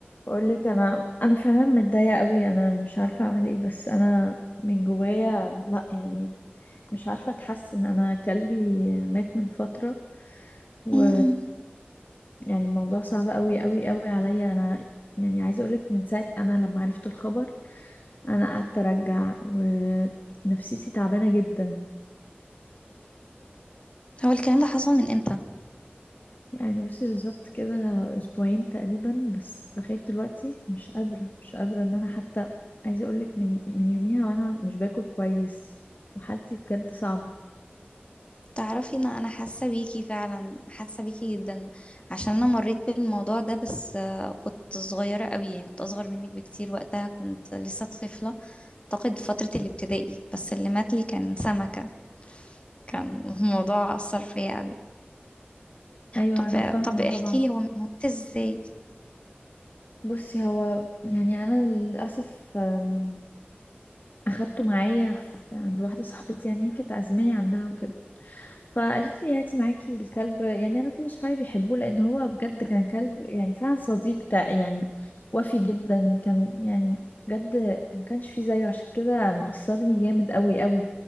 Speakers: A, on the left (about 50°); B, on the left (about 30°).
A: بقول لك انا انا فعلا متضايقه قوي انا مش عارفه اعمل ايه بس انا من جوايا لا يعني مش عارفه اتحسن انا كلبي مات من فتره و
B: امم
A: يعني الموضوع صعب قوي قوي قوي عليا انا يعني عايزه اقولك من ساعه انا لما عرفت الخبر انا قعدت ارجع ونفسيتي تعبانه جدا
B: هو الكلام ده حصل من امتى
A: يعني بصي بالظبط كده اسبوعين تقريبا بس لغايه دلوقتي مش قادره مش قادره ان انا حتى عايزه اقولك من من يوميها وانا مش باكل كويس وحالتي بجد صعبه
B: تعرفي ان انا حاسه بيكي فعلا حاسه بيكي جدا عشان انا مريت بالموضوع ده بس آه، كنت صغيره قوي يعني كنت اصغر منك بكتير وقتها كنت لسه طفله اعتقد فتره الابتدائي بس اللي مات لي كان سمكه كان الموضوع اثر فيا قوي
A: ايوه
B: طب
A: انا فاهمه
B: طب احكي
A: طبعا
B: لي هو مات ازاي
A: بصي هو يعني انا للاسف أم، اخدته معايا في- عند واحده صاحبتي يعني هي كانت عازماني عندها وكده فقالت لي هاتي معاكي الكلب يعني انا كل صحابي بيحبوه لان هو بجد كان كلب يعني فعلا صديق تا- يعني وفي جدا كان يعني بجد ما كانش فيه زيه عشان كده مأثرني جامد قوي قوي